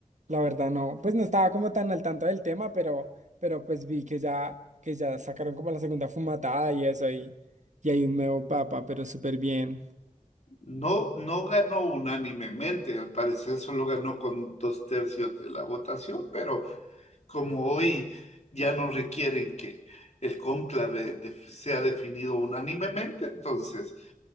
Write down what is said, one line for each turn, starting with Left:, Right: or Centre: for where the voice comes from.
Right: la verdad no, pues no estaba como tan al tanto del tema, pero, pero pues vi que ya, que ya sacaron como la segunda fumatada y eso, y, y hay un nuevo papa, pero súper bien.
Left: No, no ganó unánimemente, al parecer solo ganó con dos tercios de la votación, pero como hoy ya no requieren que el cónclave de- sea definido unánimemente, entonces